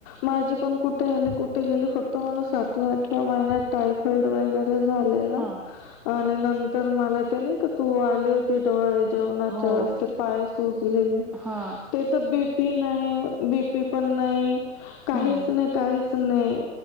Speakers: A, on the left; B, in the centre.
A: माझे पण कुठे आले कुठे गेले फक्त मला सातवा आठवा महिन्यात तारीख रेड वगैरे झालेलं,
B: हा
A: आणि नंत तर मला ते नाही का तू आले होतीस डोहाळे जेवणाच्या
B: हो
A: वेळेस ते पाय सुजलेलं,
B: हा
A: ते तर डीपी नाई बीपी पण नाही काहीच
B: हम्म
A: नाही काही नाही,